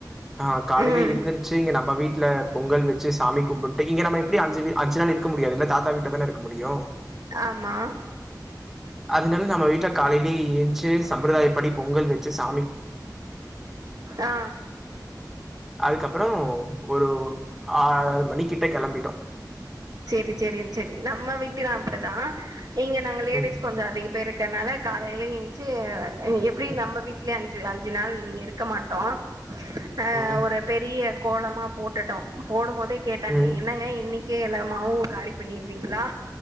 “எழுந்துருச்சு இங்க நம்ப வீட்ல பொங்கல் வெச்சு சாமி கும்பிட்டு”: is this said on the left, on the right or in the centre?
Centre